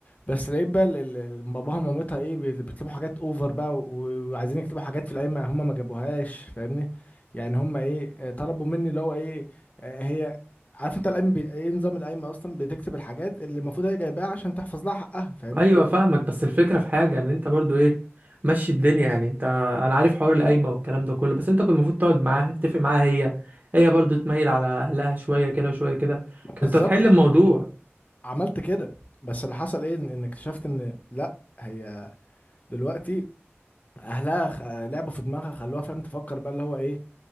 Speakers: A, on the left (about 35°); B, on the right (about 40°).
A: بس لقيت بقى ال- ال- باباها ومامتها ايه بي- بيطلبوا حاجات اوفر بقى و- وعايزين يكتبوا حاجات في القايمه هم ما جابوهاش فاهمني يعني هم ايه آه، طلبوا مني اللي هو ايه آه، هي عارف انت القايمه بي... ايه نظام القايمه اصلا بتكتب الحاجات اللي المفروض هي جايباها عشان تحفظ لها حقها فاهمني
B: ايوه فاهمك بس الفكره في حاجه ان انت برضو ايه مشي الدنيا يعني انت انا عارف حوار القايمه والكلام ده كله بس انت كنت المفروض تقعد معاها تتفق معاها هي هي برضو تميل على اهلها شويه كده شويه كده
A: ما
B: كانت
A: بالظبط
B: هتحل
A: آه،
B: الموضوع
A: عملت كده بس اللي حصل ايه ان إن اكتشفت ان لا هي دلوقتي اهلها خ- لعبوا في دماغها خلوها فاهم تفكر بقى اللي هو ايه